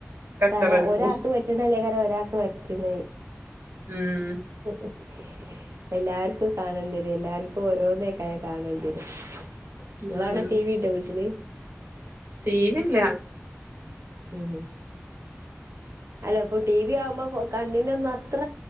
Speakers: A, on the right (about 55°); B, on the right (about 75°).
A: കച്ചറ
B: തരാ
A: എടുക്കും
B: ഒരാക്ക് പറ്റ്ണ്ടെ ല്ലായ്കാരം ഒരാക്ക് പറ്റല്
A: ഉം
B: <inaudible> എല്ലാര്ക്കും കാണേണ്ടി വരും എല്ലാര്ക്കും ഓരോന്നേക്കയ്‌ കാരം കാണേണ്ടി വരും
A: ഉം
B: നിങ്ങളാട ടി വി ണ്ടാ വീട്ടില്
A: ടീ വി ല്ല
B: ഉം അല്ല ഇപ്പൊ ടി വി ആവുമ്പോ കണ്ണിനൊന്നും അത്ര